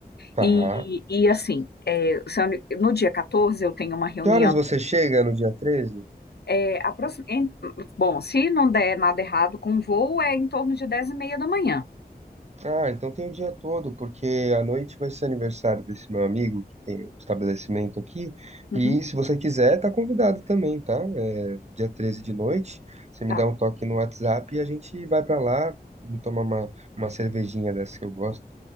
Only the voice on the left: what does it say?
E, e assim, é, se eu- no dia 14 eu tenho uma reunião.
É, aproxi- em- bom, se não der nada errado com o voo, é em torno de 10 e meia da manhã.
Uhum,
tá,